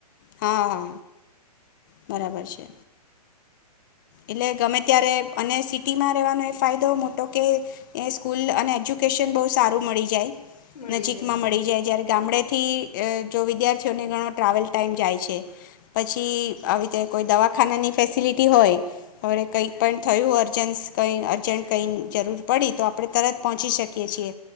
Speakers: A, on the left (about 30°); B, on the left (about 80°).
A: હા. બરાબર છે. એટલે ગમે ત્યારે અને સિટીમાં રહેવાનો એ ફાયદો મોટો કે એ સ્કૂલ અને એજ્યુકેશન બહુ સારું મળી જાય.
B: મળી
A: નજીકમાં
B: જાય હા.
A: મળી જાય જયારે ગામડે થી જો વિદ્યાર્થીઓને ઘણો ટ્રાવેલ ટાઈમ જાય છે. પછી આવીતે કોઈ દવા ખાનાની ફેસિલિટી હોય. હવે કઈક પણ થયું હો. અજન્સ કંઈ અર્જન્ટ કંઈ જરૂર પડી તો આપણે તરત પહોંચી શકીએ છીએ